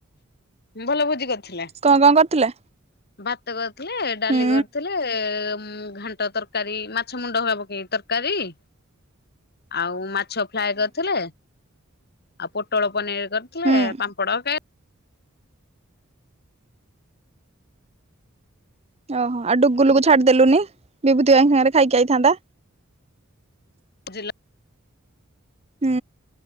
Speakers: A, on the left; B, on the right.
A: ଭଲ ଭୋଜି କରିଥିଲେ।
B: କଣ କଣ କରିଥିଲେ
A: ଭାତ କରିଥିଲେ ଡାଲି
B: ହୁଁ
A: କରିଥିଲେ ଘାଣ୍ଟ ତରକାରୀ ମାଛ ମୁଣ୍ଡ ହବା ପକେଇକ ତରକାର ତରକାରୀ।
B: ହ
A: ଆଉ ମାତ୍ ମାଛ ଫ୍ରାଏ କରିଥିଲେ, ଆଉ ପୋଟଳ ପନିର କରିଥିଲେ,
B: ହୁଁ
A: ପାମ୍ପଡ଼, କେ
B: ଓହୋ! ଆଉ ଡୁଗୁଲକୁ ଛାଡିଦେଲୁନି ବିଭୂତି ଭାଇଙ୍କ ସାଙ୍ଗରେ ଖାଇକି ଆଇଥାନ୍ତା।
A: ଜିଲ
B: ହୁଁ।